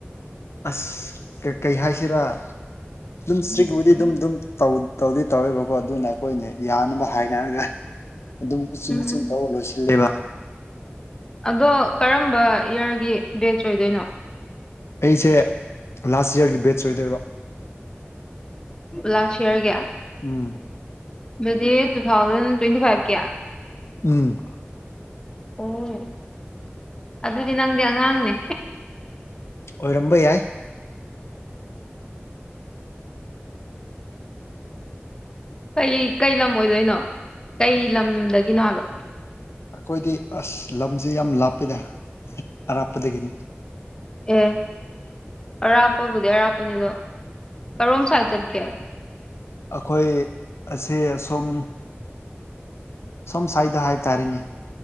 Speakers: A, on the left (about 85°); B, on the left (about 20°).
A: ꯑꯁ ꯀꯩ ꯍꯥꯏꯁꯤꯔꯥ ꯑꯗꯨꯝ ꯏꯁꯇ꯭ꯔꯤꯛꯕꯨꯨꯗꯤ ꯑꯗꯨꯝꯝ ꯇꯧꯗꯤ ꯇꯧꯋꯦꯕꯀꯣ ꯑꯗꯨꯅ ꯑꯩꯈꯣꯏꯅ ꯌꯥꯅꯕ ꯍꯥꯏꯅꯔꯒ ꯑꯗꯨꯝꯆꯤꯟ
B: ꯎꯝ
A: ꯆꯤꯟ ꯊ ꯂꯣꯏꯁꯤꯜꯂꯦꯕ
B: ꯑꯗꯣ ꯀꯔꯝꯕ ꯏꯌꯥꯔꯒꯤ ꯕꯦꯖ ꯑꯣꯏꯗꯣꯏꯅꯣ
A: ꯑꯩꯁꯦ ꯂꯥꯁ ꯌꯥꯔꯒꯤ ꯕꯦꯠꯆ ꯑꯣꯏꯗꯣꯏꯕ
B: ꯂꯥꯁ ꯏꯌꯥꯔꯒꯤ
A: ꯎꯝ
B: ꯑꯗꯨꯗꯤ ꯇꯨ ꯊꯥꯎꯖꯟ ꯇ꯭ꯋꯦꯟꯇꯤ ꯐꯥꯏꯚꯀꯤ
A: ꯎꯝ
B: ꯍꯣꯏ ꯑꯗꯨꯗꯤ ꯅꯪꯗꯤ ꯑꯉꯥꯡꯅꯦ
A: ꯑꯣꯏꯔꯝꯕ ꯌꯥꯏ
B: ꯀꯩ ꯀꯩ ꯂꯝ ꯑꯣꯏꯗꯣꯏꯅꯣ ꯀꯩ ꯂꯝꯗꯒꯤꯅꯣ ꯍꯥꯏꯕ
A: ꯑꯩꯈꯣꯏꯗꯤ ꯑꯁ ꯂꯝꯁꯦ ꯌꯥꯝ ꯂꯥꯞꯄꯗ ꯑꯔꯥꯞꯄꯗꯒꯤꯅꯤ
B: ꯑꯦ ꯑꯔꯥꯞꯄꯕꯨꯗꯤ ꯑꯔꯥꯞꯄꯅꯤ ꯑꯗꯣ ꯀꯔꯣꯝ ꯁ꯭ꯋꯥꯏꯗ ꯆꯠꯀꯦ
A: ꯑꯩꯈꯣꯏ ꯑꯁꯦ ꯑꯁꯨꯝ ꯁꯣꯝ ꯁꯋꯥꯏꯗ ꯍꯥꯏꯇꯥꯔꯦꯅꯦ